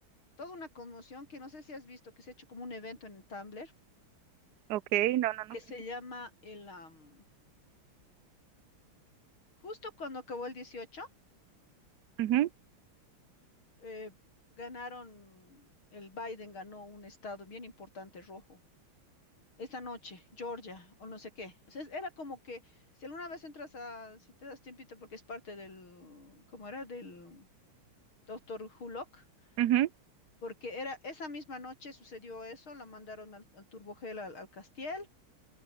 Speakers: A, on the left; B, on the right.
A: toda una conmoción que no sé si has visto, que se ha hecho como un evento en Tumblr,
B: Ok, no, no, no.
A: que se llama el... am, justo cuando acabó el 18
B: Ujú,
A: eh, ganaron, el Biden ganó un estado bien importante rojo. Esta noche, Georgia, o no sé qué. O sea, era como que, si alguna vez entras a, si te das tiempito, porque es parte del, ¿cómo era? Del doctor Hulock,
B: ujú,
A: porque era, esa misma noche sucedió eso, la mandaron al, al Turbogel, al, al Castiel,